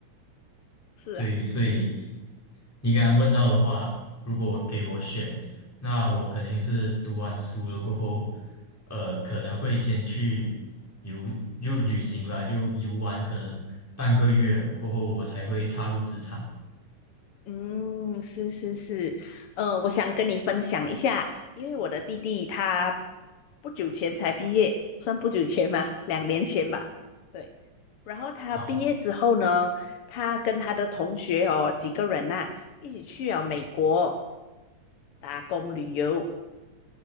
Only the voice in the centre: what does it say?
对，所以你刚刚问到的话，如果给我选，那我肯定是读完书了过后，呃，可能会先去游，就旅行吧，就游玩，可能半个月过后，我才会踏入职场。
好，